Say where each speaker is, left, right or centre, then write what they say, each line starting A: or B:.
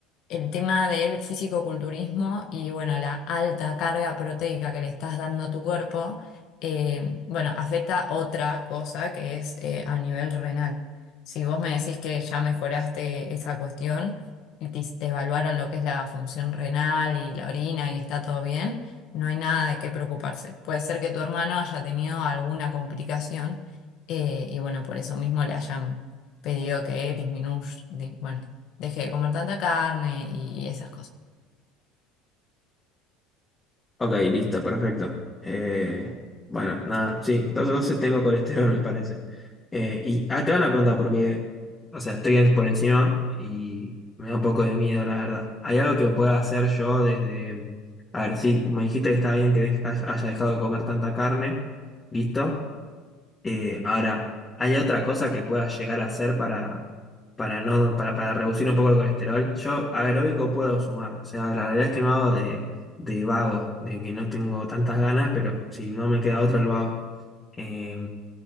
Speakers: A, on the left (about 55°); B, on the left (about 15°).
A: El tema del fisicoculturismo y bueno, la alta carga proteica que le estás dando a tu cuerpo, em, bueno, afecta otra cosa que es eh, a nivel renal. Si vos me decís que ya mejoraste esa cuestión y te, te evaluaron lo que es la función renal y la orina y está todo bien, no hay nada de qué preocuparse. Puede ser que tu hermano haya tenido alguna complicación eh, y bueno, por eso mismo le hayan pedido que disminuya, di- bueno, deje de comer tanta carne y, y esas cosas.
B: Ok, listo, perfecto. Eh, bueno, nada, sí, entonces entonces tengo colesterol, me parece. Eh, y ah, te van a preguntar porque, o sea, estoy en- por encima y me da un poco de miedo, la verdad. ¿Hay algo que pueda hacer yo desde... A ver, sí, me dijiste que está bien que dej- haya haya dejado de comer tanta carne, listo. Eh, ahora, ¿hay otra cosa que pueda llegar a hacer para, para, no, para, para reducir un poco el colesterol? Yo aeróbico puedo sumar, o sea, la realidad es que no hago de, de vago, de que no tengo tantas ganas, pero si no me queda otra lo hago. Eh,